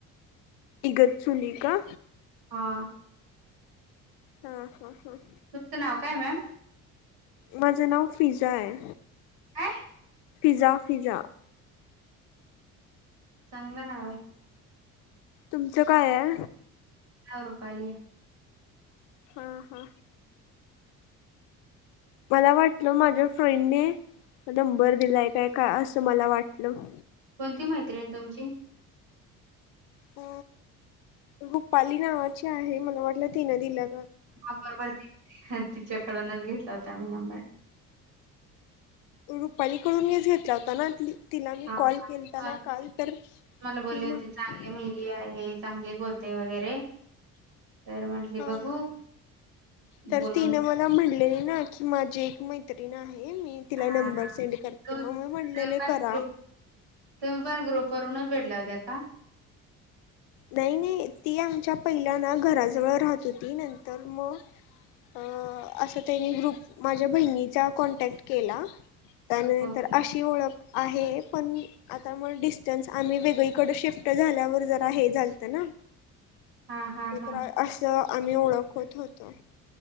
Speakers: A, on the left; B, on the right.
A: इगतचुली का?
B: हा
A: हं-हं -हं
B: तुमचं नाव काय मॅम
A: माझं नाव फिजा आहे
B: ह
A: फिजा, फिजा.
B: चांगलं नाव आहे.
A: तुमचं काय आहे?
B: रुपाली आहे
A: हा हा मला वाटलं माझ फ्रेंड ने नंबर दिलाय काय का असं मला वाटलं.
B: कोणती मैत्रीण तुमची
A: अ रुपाली नावाची आहे मला वाटलं तिनं दिला
B: ह बरोबर तिच्याकडूनच घेतला होता मी नंबर.
A: रुपालीकडून येच घेतला होता ना तिला मी
B: हा
A: कॉल केलताना
B: मला
A: काल तर ती
B: मला बोलली होती
A: म्ह
B: चांगली मुलगी आहे चांगली बोलते वगैरे तर म्हंटली
A: हा
B: बघू
A: हा तर
B: बोलून
A: तिने मला म्हणलेली ना की माझी मैत्रीिण आहे मी तिला
B: हा
A: नंबर सेंड करते
B: ह
A: मग मी म्हणलेले
B: त पण
A: करा
B: ग्रुप तुमही पण ग्रुप वूनच भेट लवद्या का
A: नाही, नाही, ती आमच्या पहिला ना घराजवळ राहत होती नंतर म अ असं त्यांनी ग्रुप माझ्या बहिणीचा कॉन्टॅक्ट केला त्यानंतर
B: ओके.
A: अशी ओळख आहे पण आता मग डिस्टन्स आम्ही वेगळीकडें शिफ्ट झाल्यावर जा हे झालत ना
B: हां, हां,
A: ते
B: हां.
A: तर अस. आम्ही ओळ खत होतो.